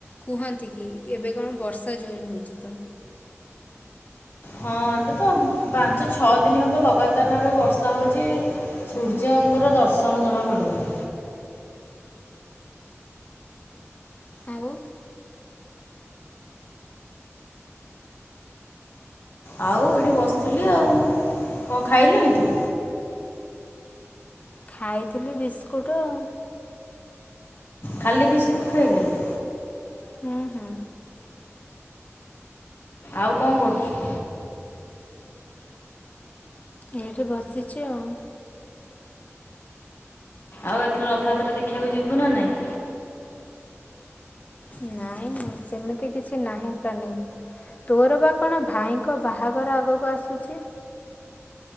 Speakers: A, on the left (about 30°); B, on the left (about 50°).
A: କୁହନ୍ତି କି ଏବେ କଣ ବର୍ଷା ଜୋର ହଉଛି ତ
B: ହଁ ଏବେ ତ ପାଞ୍ଚ ଛଅ ଦିନ ହବ ଲଗାତାର ଭାବେ ବର୍ଷା ହଉଛି। ସୂର୍ଯ୍ୟଙ୍କର ଦର୍ଶନ ଜମା ମିଳୁନି।
A: ଆଉ।
B: ଆଉ ଏଇଠି ବସିଥିଲି ଆଉ। କଣ ଖାଇଲୁଣିି ତୁ?
A: ଖାଇଥିଲି ବିସ୍କୁଟ୍ ଆଉ।
B: ଖାଲି ବିସ୍କୁଟ୍ ଖାଇଦେଲୁ?
A: ହୁଁ ହୁଁ।
B: ଆଉ କଣ କରୁଛୁ?
A: ଏଇଠି ବସିଛି ଆଉ।
B: ଆଉ ଏଥର ରଥଯାତ୍ରା ଦେଖିବାକୁ ଯିବୁ ନା ନାଇଁ?
A: ନାଇଁ ନାାଇଁ ସେମିତି କିଛି ନାହିଁ ପ୍ଲାନିଂ। ତୋର ବା କଣ ଭାଇଙ୍କ ବାହାଘର ଆଗକୁ ଆସୁଛି?